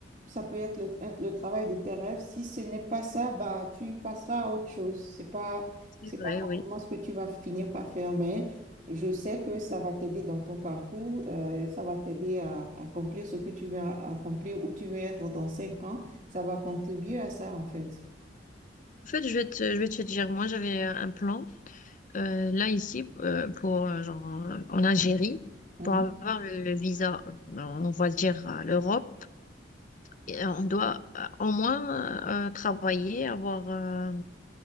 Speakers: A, on the right; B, on the left.
A: Ça peut être le, le travail de tes rêves. Si ce n'est pas ça, bah, tu passeras à autre chose. C'est pas
B: C'est
A: c'est
B: vrai,
A: pas forcément
B: oui.
A: ce que tu vas finir par faire, mais je sais que ça va t'aider dans ton parcours, euh, ça va t'aider à, à accomplir ce que tu veux a- accomplir, où tu veux être dans cinq ans. Ça va contribuer à ça, en fait.
B: En fait, je vais te, je vais te dire, moi j'avais un plan. Euh, là, ici, euh, pour, euh, genre, en Algérie,
A: Mhm.
B: pour avoir le visa, euh, on va dire à l'Europe, et on doit euh, au moins euh, travailler, avoir... euh,